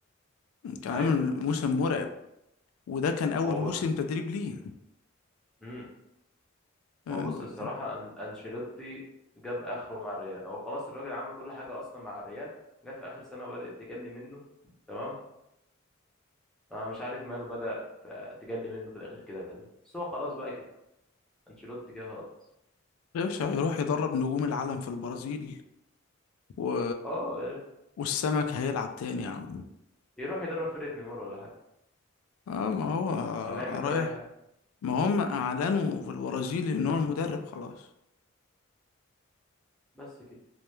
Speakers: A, on the left; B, in the centre.
A: كان عامل
B: ايوه فاهم
A: موسم مرعب وده كان أول
B: هو
A: موسم
B: بص
A: تدريب ليه
B: امم
A: آه،
B: هو بص
A: ده-
B: الصراحه أن... انشيلوتي جاب اخره مع الريال هو خلاص الراجل عمل كل حاجه اصلا مع الريال جت في اخر سنه وبدات تجلي منه تمام أنا مش عارف ماله بدأ ف- تجلي منه في الآخر كده دي بس هو خلاص بقى كده أنشيلوتي كده خلاص
A: يا باشا هيروح يدرب نجوم العالم في البرازيل و...
B: أه
A: والسمك هيلعب تاني يا عم
B: يروح يدرب فرقة نيمار ولا حاجة
A: اه ما هو
B: ولا يعمل له
A: رايح
B: أي حاجة
A: ما هم اعلنوا في البرازيل ان هو المدرب خلاص
B: بس كده